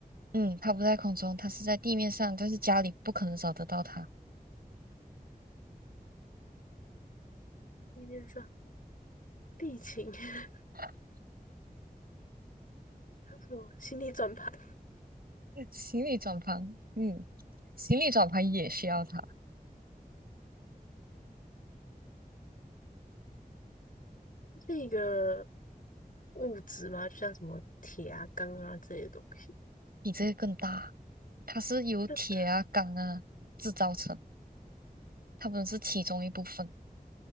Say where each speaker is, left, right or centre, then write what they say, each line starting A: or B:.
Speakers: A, on the right; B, on the left.
A: 嗯，它不在空中，它是在地面上，但是家里不可能找得到它。
B: 地面上地勤，<laughs>
A: <laughs>
B: 还有什么心力转盘，
A: 行李转盘，嗯，行李转盘也需要它，
B: 是一个物质吗？就像什么铁啊、钢啊这些东西，
A: 比这个更大。它是由铁啊、
B: 更大？
A: 钢啊制造成，它们是其中一部分。